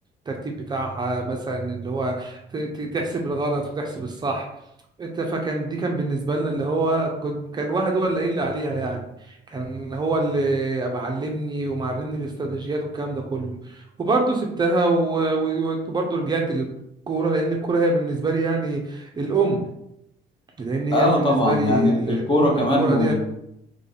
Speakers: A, on the right; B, on the left.
A: الترتيب بتاعها مثلا اللي هو ت- ت- تحسب الغلط وتحسب الصح انت فكان دي كان بالنسبه لنا اللي هو كنت كان واحد هو اللي قايل لي عليها يعني كان هو اللي معلمني ومعلمني الاستراتيجيات والكلام ده كله وبرضه سبتها و- و- وبرضه رجعت للكوره لان الكوره هي بالنسبه لي يعني الام لان هي
B: اه
A: بالنسبه
B: طبعا
A: لي
B: يعني الكوره
A: ال- الام
B: كمان
A: الكوره
B: وال...
A: ديت